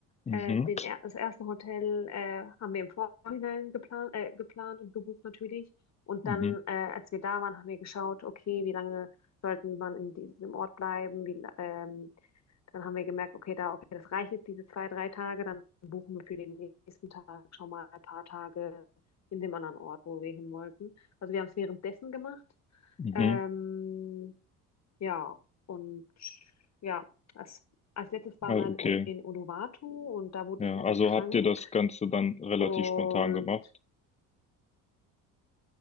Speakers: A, on the left; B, on the left.
A: Mhm.
B: Äh, den er das erste Hotel äh, haben wir im Vorhinein geplant, äh, geplant und gebucht natürlich. Und
A: Mhm.
B: dann, äh, als wir da waren, haben wir geschaut, okay, wie lange sollten man in diesem Ort bleiben? Wie, la- ähm, dann haben wir gemerkt, okay, da, okay, das reicht jetzt diese zwei, drei Tage. Dann buchen wir für den nächsten Tag schon mal ein paar Tage in dem anderen Ort, wo wir hin wollten. Also wir haben es währenddessen gemacht.
A: Mhm.
B: Ähm, Ja, und ja, als, als letztes waren
A: Also,
B: wir in
A: okay.
B: U- in Uluwatu und da wurde
A: Ja,
B: ich leider
A: also
B: krank.
A: habt ihr das Ganze dann relativ
B: Und
A: spontan gemacht?